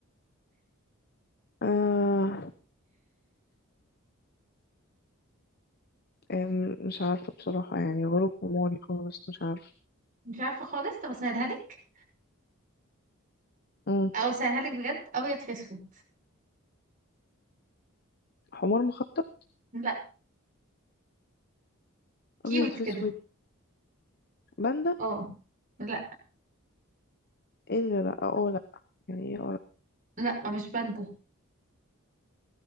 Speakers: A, on the left; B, on the right.
A: آه أم، مش عارفه بصراحه يعني غروب حماري خالص مش عارفه
B: مش عارفه خالص طب اسهلها لك
A: مم.
B: او اسهلها لك بجد ابيض في اسود
A: حمار مخطط
B: لا كيوت
A: ابيض
B: كده
A: في اسود باندا
B: اه لا
A: ايه ده لا اه لا يعني ايه اه لا
B: لا مش باندا